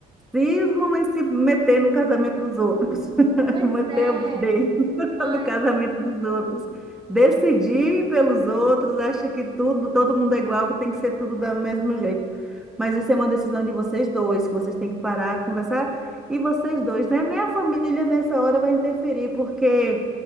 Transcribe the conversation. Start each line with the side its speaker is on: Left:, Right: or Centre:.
Centre: Cismam em se meter no casamento dos outros, <laughs>
Right: Pois
Centre: meter
Right: é,
Centre: o bedelho <laughs>
Right: uma
Centre: no casamento dos outros, decidir pelos outros, acha que tudo, todo mundo é igual, que tem que ser tudo do mesmo jeito. Mas isso é uma decisão de vocês dois, que vocês têm que parar, conversar, e vocês dois, né? Nem a família nessa hora vai interferir, porque